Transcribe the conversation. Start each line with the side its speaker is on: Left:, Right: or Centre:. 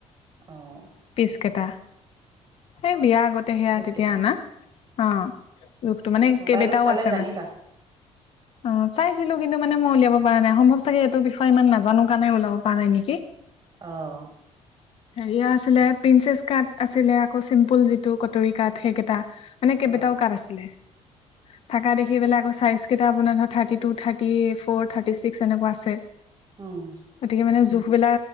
Right: অঁ
Left: পিচকেটা এই বিয়া আগতে সেয়া
Right: জোখটো
Left: তেতিয়া আনা অ ৰোগটো মানে
Right: মোবাইলত
Left: কেই দেটাও
Right: চালে
Left: আছে
Right: জানিবা
Left: মানে অ চাই ছিলো কিন্তু মানে মই উলিয়াব পৰা নাই সম্ভৱ চাগে এইটো বিষয় ইমান নাজানো কাৰণ ওলাব পৰা নাই নিকি
Right: অহঁ
Left: হেৰিয়া আছিলে পিঞ্চেচ কাট আছিলে আকৌ চিম্পুল যিটো কটাৰি কাট সেইকেইটা মানে কেইবেটাও
Right: অ'
Left: কাট আছিলে থাকা দেখি পেলাই আকৌ চাইজ কেইটাৰ আপোনাৰ thirty two thirty four thirty six এনকা আছে
Right: উম।
Left: গতিকে মানে জোখটো সবেলা